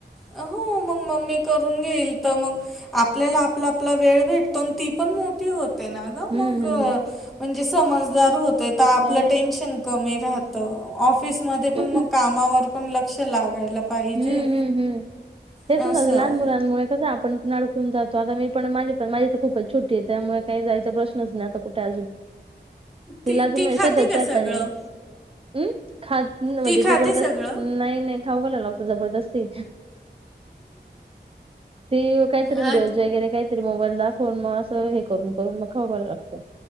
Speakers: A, in the centre; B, on the right (about 30°).
A: अ हो. मग मम्मी करून घेईल तर मग आपल्याला आपला आपला वेळ भेटतो की ती पण मोठी होती. तेन अ
B: हम्म
A: मग
B: हम्म
A: अ-म्हणजे
B: हम्म.
A: समजदार होतील आपलं
B: त्याच
A: टेन्शन कमी. राहत. ऑफिस मधे
B: हम्म
A: पण मग कामावर पण लक्ष लागायला पाहिजे.
B: हम्म हम् हम्म हेचं
A: असं.
B: ना ग लहान मुलांमुळे कस आपण- आपन पण अडकून जातो. आता मी पण माझी पण, माझी तर खूपच छोटी आहेत. त्यामुळे काय जायचा प्रश्न- <unintelligible> नाही. आता कुठे अजून, तिला
A: ती
B: अजून
A: ती खाते
B: स्वतःच्या
A: का सगळं?
B: हाताने. हम् खा म्हणजे
A: ती खाते
B: जबरदस्तीने,
A: सगळं?
B: नायं नायं खाऊ घालायला लागत. जबरदस्ती <inaudible> ते काहीतरी
A: हां,
B: व्हिडिओज वगैरे काही- तरी मोबाईल दाखवून. मग असं हे करून करून मग खाऊ घालायला लागतय